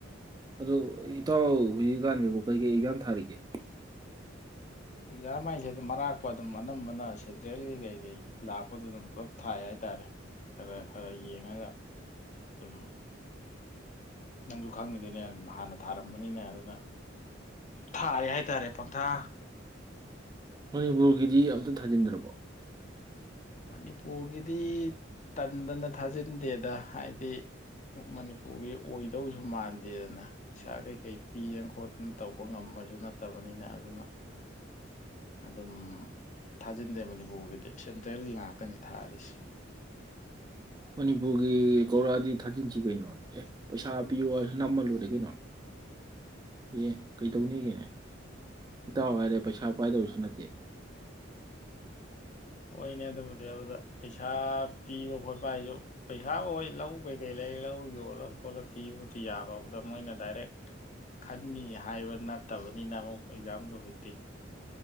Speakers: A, on the right; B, on the left.
A: ꯑꯗꯨ ꯏꯇꯥꯎ ꯍꯨꯖꯤꯛꯀꯥꯟ ꯑꯣ ꯀꯩꯀꯩ ꯑꯦꯛꯖꯥꯝ ꯊꯥꯔꯤꯒꯦ
B: ꯑꯦꯛꯖꯥꯝ ꯍꯥꯏꯁꯦꯗꯨꯝ ꯑꯔꯥꯛꯄꯗꯨꯝ ꯑꯅꯝꯕꯅ ꯁꯦꯟꯇ꯭ꯔꯦꯜꯒꯤ ꯀꯩꯀꯩ ꯂꯥꯛꯄꯗꯨꯗꯨꯝ ꯄꯨꯂꯞ ꯊꯥꯌꯏ ꯍꯥꯏꯇꯔꯦ ꯈꯔ ꯈꯔ ꯌꯦꯡꯉꯒ ꯗꯨꯝ ꯅꯪꯁꯨ ꯈꯪꯉꯤꯗꯨꯅꯤ ꯑꯗꯨꯝ ꯍꯥꯟꯅ ꯊꯥꯔꯝꯕꯅꯤꯅ ꯑꯗꯨꯝ ꯊꯥꯔꯦ ꯍꯥꯏꯇꯔꯦ ꯄꯪꯊꯥ
A: ꯃꯅꯤꯄꯨꯔꯒꯤꯗꯤ ꯑꯝꯇ ꯊꯥꯖꯤꯟꯗ꯭ꯔꯕꯣ
B: ꯃꯅꯤꯄꯨꯔꯒꯤꯗꯤ ꯇꯟꯗꯅ ꯊꯥꯖꯤꯟꯗꯦꯗ ꯍꯥꯏꯗꯤ ꯃꯅꯤꯄꯨꯔꯒꯤ ꯑꯣꯏꯗꯧꯁꯨ ꯃꯥꯟꯗꯦꯅ ꯄꯩꯁꯥ ꯀꯩꯀꯩ ꯄꯤ ꯈꯣꯠꯇꯅ ꯇꯧꯕ ꯉꯝꯕꯁꯨ ꯅꯠꯇꯕꯅꯤꯅ ꯑꯗꯨꯅ ꯑꯗꯨꯝ ꯊꯥꯖꯤꯟꯗꯦ ꯃꯅꯤꯄꯨꯔꯒꯤꯗꯤ ꯁꯦꯟ ꯇꯔ꯭ꯦꯜ ꯉꯥꯛꯇꯅꯤ ꯊꯥꯔꯤꯁꯤ
A: ꯃꯅꯤꯄꯨꯔꯒꯤ ꯀꯧꯔꯛꯑꯗꯤ ꯊꯥꯖꯤꯟꯁꯤ ꯀꯩꯅꯣ ꯑꯦ ꯄꯩꯁꯥ ꯄꯤꯌꯣꯍꯏꯁꯨ ꯅꯝꯃꯂꯣꯏꯔꯦ ꯀꯩꯅꯣ ꯑꯦ ꯀꯩꯗꯧꯅꯤꯒꯦꯅꯦ ꯏꯇꯥꯎ ꯍꯥꯏꯔꯦ ꯄꯩꯁꯥ ꯄꯥꯏꯗꯕꯁꯨ ꯅꯠꯇꯦ
B: ꯍꯣꯏꯅꯦ ꯑꯗꯨꯕꯨꯗꯤ ꯑꯗꯨꯗ ꯄꯩꯁꯥ ꯄꯤꯕ ꯈꯣꯠꯄ ꯍꯥꯏꯁꯨ ꯄꯩꯁꯥ ꯍꯣꯏ ꯂꯧ ꯀꯩꯀꯩ ꯂꯩ ꯂꯧ ꯌꯣꯜꯂ ꯈꯣꯠꯂ ꯄꯤꯕꯗꯤ ꯌꯥꯕ ꯑꯗꯨꯗ ꯃꯣꯏꯅ ꯗꯥꯏꯔꯦꯛ ꯈꯟꯅꯤ ꯍꯥꯏꯕ ꯅꯠꯇꯕꯅꯤꯅ ꯑꯃꯨꯛ ꯑꯦꯛꯖꯥꯝꯗꯨ ꯍꯨꯖꯤꯛꯇꯤ